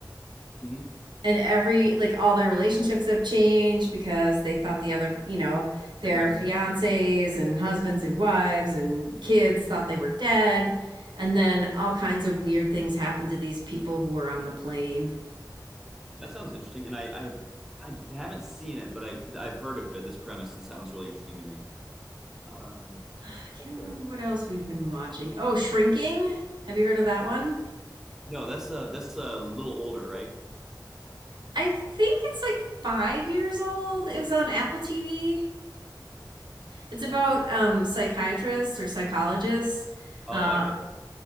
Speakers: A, in the centre; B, on the right.
A: mhm.
B: And every, like, all their relationships have changed because they thought the other, you know, their
A: Everyone-
B: fiancés and husbands and wives and kids thought they were dead. And then all kinds of weird things happen to these people who were on the plane.
A: that sounds interesting, and I, I I haven't seen it, but I I've heard of it. This premise it sounds really interesting to me. Um,
B: I can't
A: also-
B: remember what else we've been watching. Oh, Shrinking. Have you heard of that one?
A: no, that's uh that's a little older, right?
B: I think it's like five years old. It was on Apple TV. It's about
A: Uh,
B: um, psychiatrists or psychologists.
A: oh,
B: Uh,
A: I get it.